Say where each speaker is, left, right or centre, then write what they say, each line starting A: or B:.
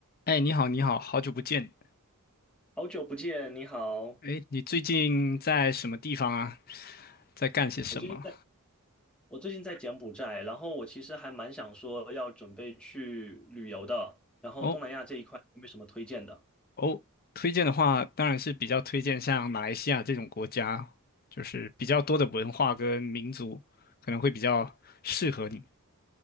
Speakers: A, on the left; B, in the centre.
A: 哎，你好，你好，好久不见。
B: 好久不见，你好。
A: 哎，你最近在什么地方啊？在干些什么？
B: 我最近在，我最近在柬埔寨，然后我其实还蛮想说要准备去旅游的，然后东南亚这一块有没有什么推荐的？
A: 哦哦，推荐的话，当然是比较推荐像马来西亚这种国家，就是比较多的文化跟民族，可能会比较适合你。